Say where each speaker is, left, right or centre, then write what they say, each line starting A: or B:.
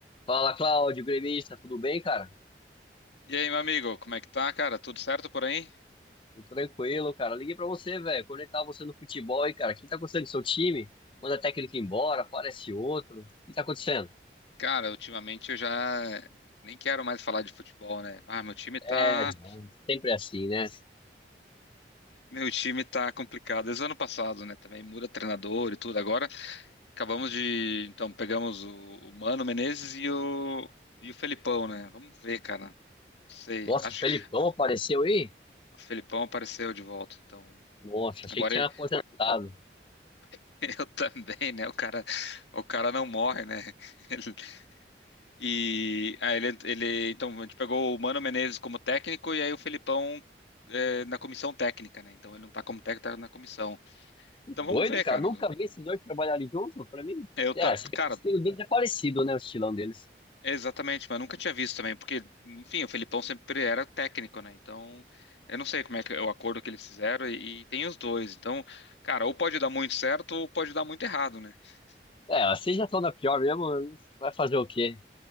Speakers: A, on the left; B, on the left.
A: Fala, Cláudio, gremista, tudo bem, cara?
B: E aí, meu amigo, como é que tá, cara? Tudo certo por aí?
A: Tudo tranquilo, cara. Liguei pra você, velho. Conectar você no futebol aí, cara. O que tá acontecendo com seu time? Manda técnico embora, aparece outro. O que tá acontecendo?
B: Cara, ultimamente eu já nem quero mais falar de futebol, né? Ah, meu time tá,
A: É, é, sempre assim, né?
B: meu time tá complicado. Desde o ano passado, né? Também muda treinador e tudo. Agora acabamos de, então pegamos o, o Mano Menezes e o e o Felipão, né? Vamos ver, cara. Não sei.
A: Nossa,
B: Acho
A: o Felipão
B: que
A: apareceu aí?
B: o Felipão apareceu de volta, então
A: Nossa, achei
B: Agora
A: que tinha
B: ele,
A: aposentado.
B: <laughs> eu também, né? O cara, o cara não morre, né? <laughs> E aí ele, ele- então, a gente pegou o Mano Menezes como técnico e aí o Felipão é, na comissão técnica, né? Então ele não tá como técnico, tá na comissão.
A: Que
B: Então
A: doido,
B: vamos ver,
A: cara.
B: cara.
A: Nunca vi esses dois trabalharem juntos, pra mim.
B: Eu,
A: É,
B: ta-
A: se bem
B: cara,
A: que o estilo deles é parecido, né? O estilão deles.
B: é exatamente, mas nunca tinha visto também, porque, enfim, o Felipão sempre era técnico, né? Então eu não sei como é que é o acordo que eles fizeram e, e tem os dois. Então, cara, ou pode dar muito certo ou pode dar muito errado, né? <laughs>
A: É, vocês já estão na pior mesmo, vai fazer o quê?